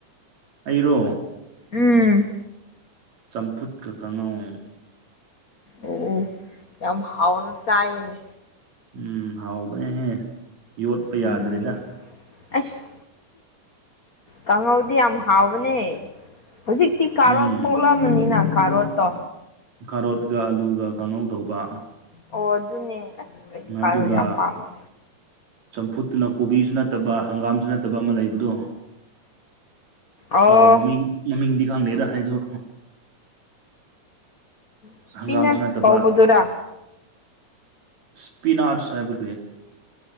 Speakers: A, on the right; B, on the left.
A: ꯑꯩꯔꯣ
B: ꯎꯝ
A: ꯆꯝꯐꯨꯠꯀ ꯀꯥꯡꯉꯧ
B: ꯑꯣ ꯌꯥꯝ ꯍꯥꯎꯅ ꯆꯥꯏꯅꯦ
A: ꯎꯝ ꯍꯥꯎꯕꯅꯦꯍꯦ ꯌꯣꯠꯄ ꯌꯥꯗ꯭ꯔꯦꯗ
B: ꯎꯝ ꯑꯁ ꯀꯥꯡꯍꯧꯗꯤ ꯌꯥꯝ ꯍꯥꯎꯕꯅꯦ ꯍꯧꯖꯤꯛꯇꯤ ꯀꯥꯔꯣꯠ
A: ꯎꯝ
B: ꯊꯣꯛꯂꯝꯕꯅꯤꯅ ꯀꯥꯔꯣꯠꯇꯣ
A: ꯈꯥꯔꯣꯠꯀ ꯑꯂꯨꯒ ꯀꯥꯡꯥꯅꯧ ꯇꯧꯕ
B: ꯑꯣ ꯑꯗꯨꯅꯦ ꯑꯁ ꯑꯩꯗꯤ
A: ꯑꯗꯨꯒ
B: ꯀꯥꯔꯣꯠ ꯌꯥꯝ ꯄꯥꯝꯃꯦ
A: ꯆꯝꯐꯨꯠꯇꯨꯅ ꯀꯣꯕꯤꯁꯨ ꯅꯠꯇꯕ ꯍꯪꯒꯥꯝꯁꯨ ꯅꯠꯇꯕ ꯑꯃ ꯂꯩꯕꯗꯣ
B: ꯑꯣ
A: ꯀꯥꯎ ꯃꯃꯤꯡ ꯃꯃꯤꯡꯗꯤ ꯈꯪꯗꯩꯗ ꯍꯥꯏꯗꯗꯨ
B: ꯏꯁꯄꯤꯅꯠꯁ
A: ꯍꯪꯒꯥꯝꯁꯨ ꯅꯠꯇꯕ
B: ꯀꯧꯕꯗꯨꯔꯥ
A: ꯁꯄꯤꯤꯟꯥꯔꯁ ꯍꯥꯏꯕ